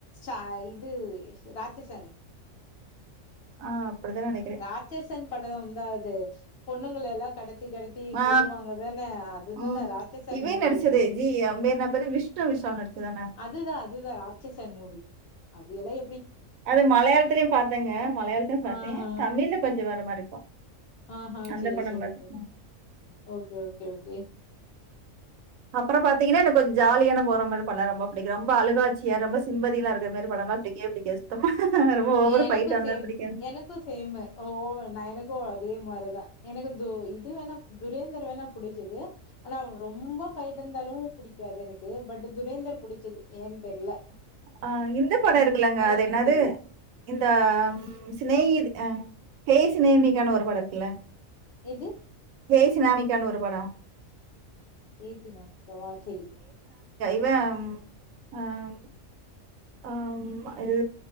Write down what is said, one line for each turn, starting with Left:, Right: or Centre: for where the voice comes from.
Left: சா இது ராட்சசன்
Right: ஆ அப்படிதான் நெனைக்கிறேன்.
Left: ராட்சசன் படம் வந்தான் அது செர் பொண்ணுங்ள எல்லாம் கடத்தி கடத்தி
Right: ஆ,
Left: கொல்லுவாங்க தானே அதுதானே
Right: ம்.
Left: ராச்சன்
Right: இவன்
Left: மூவி
Right: நடிச்சது.
Left: அது
Right: ஜி அவன் பேரு என்ன பேரு? விஷ்ணு விஷால் நடிச்சதுதானே?
Left: அதுதான் அதுதான் ம் அது எல்லாம்
Right: அது மலையாளத்திலையும் பார்த்தேங்க மலையாளத்தையும் பார்த்தேன்
Left: ஆஹா.
Right: தமிழ்ல கொஞ்சம் வேற மாதிரிக்கும்
Left: ஆஹா.
Right: அந்த
Left: சரி,
Right: படம்
Left: சரி,
Right: பார்த்
Left: சரி. Okay, okay, okay.
Right: அப்புறம் பாத்தீங்கன்னா எனக்கு கொஞ்ச ஜாலியான போற மாதிரி படம்னா ரொம்ப பிடிக்கும் ரொம்ப அழுகாட்சியா ரொம்ப சிம்பதியாலாம் இருக்க மாதிரி படலாம் பிடிக்கவே பிடிக்காது ரொம்ப ஓவர்
Left: எனக்கும்
Right: ஃபைட்டா இருந்தா
Left: சேம்
Right: பிடிக்காது.
Left: எனக்கும் சேமு ஓ நான் எனக்கும் அதே மாதிரிதான் எனக்கு த இது வேணா துரேந்தர் வேணா புடிச்சது ஆனா ரொம்ப ஃபைட் இருந்தாலும் பிடிக்காது எனக்கு பட் துரேந்தர் புடிச்சது ஏன்னு தெரியல
Right: அஹ் இந்த படம் இருக்குலங்க அது
Left: என்னன்னு
Right: என்னது
Left: தெர்ல.
Right: இந்த சினேகி அஹ் ஹே் சினேகிக்கான ஒரு படம் இருக்குல்ல
Left: எது
Right: ஹேய் சினாமிக்கான்னு ஒரு படம்
Left: எயிட்ட்டின் ல ஒரு வாட்டி
Right: அஹ ஆஹ் இது